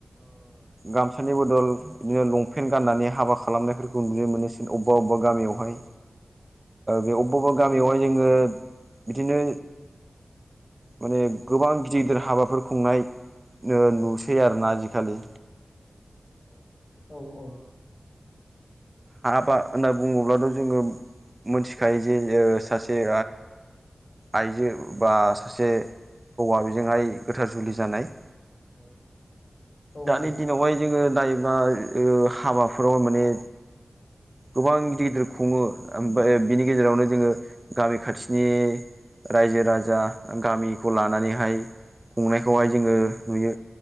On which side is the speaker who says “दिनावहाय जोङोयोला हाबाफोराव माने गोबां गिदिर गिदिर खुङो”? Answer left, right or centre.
Right